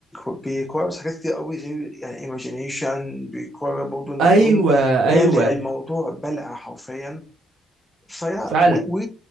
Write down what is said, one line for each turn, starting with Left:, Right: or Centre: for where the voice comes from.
Centre: وبيكويرز حاجات كتير قوي غير يعني ايماجينيشن بيكوير برضه انك
Right: ايوه
Centre: تكون بالع
Right: ايوه
Centre: الموضوع بلع حرفيا فيا
Right: فعلا
Centre: و و-